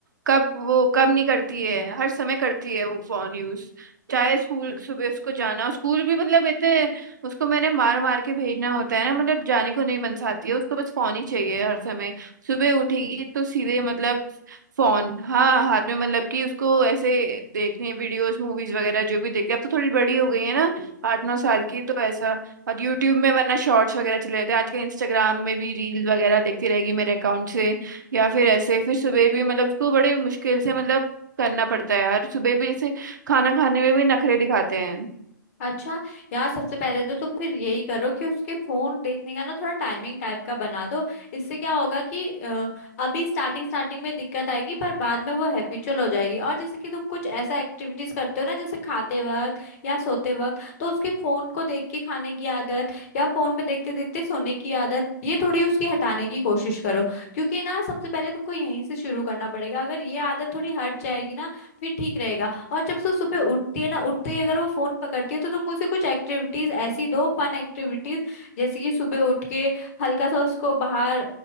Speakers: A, on the right (about 65°); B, on the left (about 45°).
A: कब वो कब नहीं करती है हर समय करती है वो फोन यूज चाहे स्कूल सुबह उसको जाना स्कूल भी मतलब इतने उसको मैंने मार मार के भेजना होता है ना मतलब जाने को नहीं मनसाती है उसको बस फोन ही चाहिए हर समय सुबह उठेगी तो सीधे मतलब फोन हाँ हाथ में मतलब कि उसको ऐसे देखने वीडियोस मूवीज वगैरह जो भी देखते अब तो थोड़ी बड़ी हो गई है ना आठ नौ साल की तो ऐसा और यूट्यूब में वरना शॉर्ट्स वगैरह चले जाते हैं आजकल इंस्टाग्राम में भी रील्स वगैरह देखती रहेगी मेरे अकाउंट से या फिर ऐसे फिर सुबह भी मतलब उसको बड़े मुश्किल से मतलब करना पड़ता है यार सुबह भी जैसे खाना खाने में भी नखरे दिखाते हैं
B: अच्छा यार सबसे पहले तो तुम फिर यही करो कि उसके फोन देखने का ना थोड़ा टाइमिंग टाइप का बना दो इससे क्या होगा कि अ, अभी स्टार्टिंग स्टार्टिंग में दिक्कत आएगी पर बाद में वो हैबिचुअल हो जाएगी और जैसे कि तुम कुछ ऐसा एक्टिविटीज करते हो ना जैसे खाते वक्त या सोते वक्त तो उसके फोन को देख के खाने की आदत या फोन पे देखते देखते सोने की आदत ये थोड़ी उसकी हटाने की कोशिश करो क्योंकि ना सबसे पहले तुमको यहीं से शुरू करना पड़ेगा अगर ये आदत थोड़ी हट जाएगी ना फिर ठीक रहेगा और जब सो सुबह उठती है ना उठते ही अगर वो फोन पकड़ती है तो तुम उसे कुछ एक्टिविटीज ऐसी दो फन एक्टिविटीज जैसे कि सुबह उठ के हल्का सा उसको बाहर